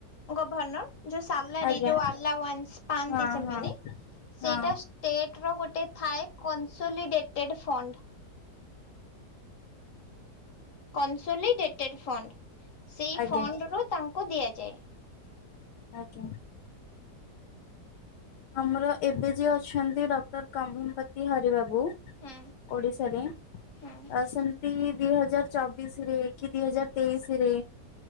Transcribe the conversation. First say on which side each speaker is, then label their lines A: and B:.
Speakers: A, on the left (about 60°); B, on the left (about 80°).
A: ଗଭର୍ଣ୍ଣର ଯୋଉ ସାଲାରୀ
B: ଆଜ୍ଞା
A: ଯୋଉ ଆଲା ଓ୍ବାନ୍ସ ପାଆନ୍ତି
B: ହଁ
A: ସେମାନେ
B: ହଁ
A: ସେଇଟା
B: ହଁ
A: ଷ୍ଟେ ଟ ର ଗୋଟେ ଥାଏ କନ୍ସୁଲିଡେଟେଡ ଫଣ୍ଡ। Consolidated fund. ସେଇ
B: ଆଜ୍ଞା
A: ଫଣ୍ଡ ରୁ ତାଙ୍କୁ ଦିଆ ଯେଏ ।
B: ଆଜ୍ଞା। ଆମର ଏବେ ଯିଏ ଅଛନ୍ତି ଡକ୍ଟର ପତି ହରି ବାବୁ
A: ହୁଁ
B: ଓଡିଶାରେ ଅ
A: ହୁଁ
B: ସେମତି ଦି ହଜାର ଚବିଶି ରେ କି ଦି ହଜାର ତେଇଶି ରେ